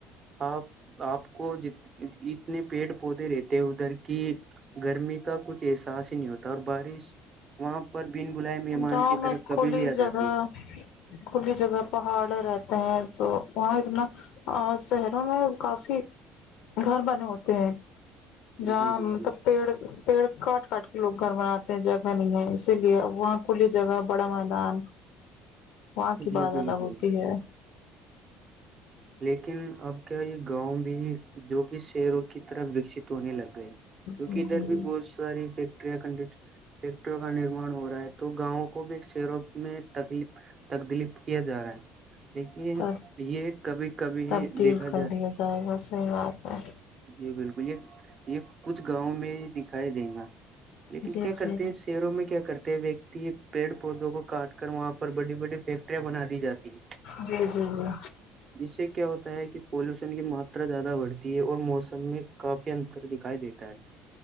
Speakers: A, on the right; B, on the left.
A: آپ آپ کو ج اتنے پیڑ پودے رہتے ہیں ادھر کی گرمی کا کچھ احساس ہی نہیں ہوتا اور بارش وہاں پر بن بل مہمان
B: گاؤں
A: کی
B: میں
A: طرف کبھی
B: کھلی
A: بھی آ
B: جگہ
A: جاتی ہے
B: کھلی جگہ پہاڑ رہتے ہیں تو وہاں اتنا اور شہروں میں کافی گھر بنے ہوتے ہیں
A: ہے
B: جہاں
A: جی بالکل
B: مطلب پیڑ پیڑ کاٹ کاٹ کے لوگ گھر بناتے ہیں جگہ نہیں ہے اسی لیے ا وہاں کھلی جگہ بڑا میدان وہاں کی
A: جی
B: بات
A: بالکل
B: ادہ ہوتی ہے
A: لیکن اب کیا یہ گاؤں بھی جو کہ شہروں کی طرف وکست ہونے لگ گئے کیونکہ
B: جی
A: ادھر
B: جی
A: بھی بہت ساری فیکٹریاں کنڈ فیکٹریوں کا نراان ہو رہا ہے تو گاؤں کے کو بھی شیروں میں تکدلیف کیا جا رہا ہے لیکن
B: تب
A: یہ کبھی کبھی
B: تبدیل
A: ہی دیکھا
B: کر لیا جائے گا صحیح بات ہے
A: جی بالکل یہ یہ کچھ گاؤوں میں ہی دکھائی دے گا لیکن
B: جی
A: کیا
B: جی
A: کرتے
B: جی
A: ہیں شیروں میں کیا کرتے ہیں ویکتی پیڑ پودوں کو کاٹ کر وہاں پر بڑی بڑی فیکٹریاں بنا دی جاتی ہے
B: جی جی جی
A: جس سے کیا ہوتا ہے کہ پولوشن کی ماترا زیادہ بڑھتی ہے اور موسم میں کافی انتر دکھائی دیتا ہے